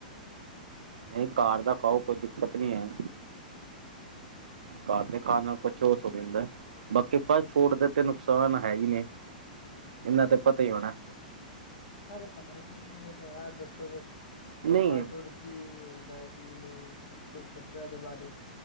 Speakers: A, on the right (about 75°); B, on the left (about 65°).
A: ਨਹੀਂ ਘਰ ਦਾ ਖਾਓ। ਕੋਈ ਦਿੱਕਤ ਨਹੀਂ ਹੈ।
B: <inaudible>
A: ਘਰਦੇ ਖਾਣ ਨਾਲ ਕੁਛ ਥੋੜੀ ਹੁੰਦਾ, ਬਾਕੀ ਫਾਸਟ ਫੂਡ ਦੇ ਤੈਨੂੰ ਨੁਕਸਾਨ ਹੈ ਹੀ ਨੇ, ਇਹਨਾਂ ਤੇ ਪਤਾ ਈ ਹੋਣਾ
B: ਇਹਨਾਂ ਦਾ ਪਤਾ ਕੀ ਨੀਂ ਮੈਨੂੰ, ਪਰ ਦੱਸੋ ਕੁਛ
A: ਨਹੀਂ
B: ਵੀ ਫਾਸਟ ਫੂੜ ਕੀ ਹੁੰਦਾ? ਕੀ ਨਹੀਂ ਕੁੱਝ ਦੱਸੋ ਇਹਦੇ ਬਾਰੇ